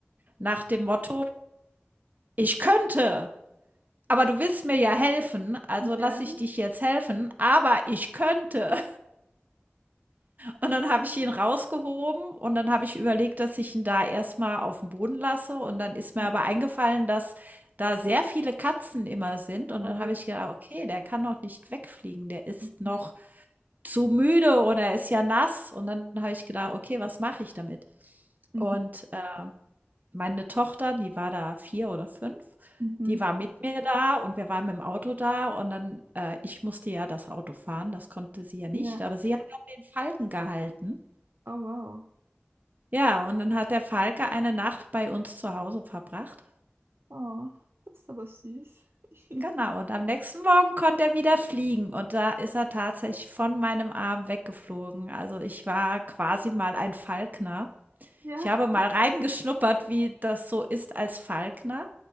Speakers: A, on the right; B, on the right.
A: nach dem Motto: „Ich könnte, aber du willst mir ja helfen, also lasse
B: Ja,
A: ich dich jetzt helfen, aber ich könnte.“ Und dann habe ich ihn rausgehoben und dann habe ich überlegt, dass ich ihn da erstmal auf den Boden lasse und dann ist
B: ja,
A: mir aber eingefallen, dass da sehr viele Katzen immer sind und
B: oh
A: dann habe
B: ja.
A: ich gedacht: „Okay, der kann noch nicht wegfliegen, der ist
B: Mhm.
A: noch zu müde oder er ist ja nass.“ Und dann habe ich gedacht: „Okay, was mache ich damit?“
B: Mhm.
A: Und, äh, meine Tochter, die war da 4 oder 5,
B: Mhm.
A: die war mit mir da und wir waren mit'm Auto da und dann äh, ich musste ja das Auto fahren, das konnte sie ja nicht,
B: Ja,
A: aber sie hat dann den Falken gehalten
B: oh wow.
A: Ja, und dann hat der Falke eine Nacht bei uns zu Hause verbracht.
B: Oh, das ist aber süß. <laughs>
A: Genau, und am nächsten Morgen konnte er wieder fliegen und da ist er tatsächlich von meinem Arm weggeflogen. Also ich war quasi mal ein Falkner.
B: Ja,
A: Ich habe mal reingeschnuppert, wie das so ist als Falkner.